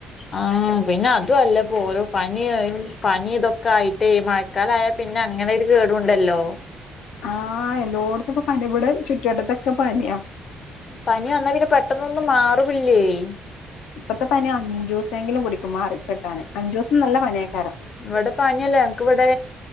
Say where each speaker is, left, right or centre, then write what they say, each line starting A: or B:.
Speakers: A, on the left; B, on the left.
A: ആഹ് പിന്നെതുല്ലപ്പോ ഓരോ പനി പനി ഇതൊക്കെ ആയിട്ടേയ് മയ ഴക്കാലായ പിന്നെഅങ്ങനൊരു കേടുണ്ടല്ലോ
B: ആഹ് എല്ലോട്ത്തും ഇപ്പോ പനിഇബ്ടെ ചുറ്റ് വട്ടത്തൊക്കെ പനിയാ
A: പനിഅർന്നാ പിന്നെ പെട്ടെന്നൊന്നും മാറില്ലേയ്
B: ഇപ്പയത്തെ പനിഅഞ്ചുസെങ്കിലും പിടിക്കുംമാറി കിട്ടാന് അഞ്ചൂസം ന്നല്ലേ പനിയ്ക്കാരം.
A: ഇവടെ പനിയല്ല ഞക്ക് ഇവടെ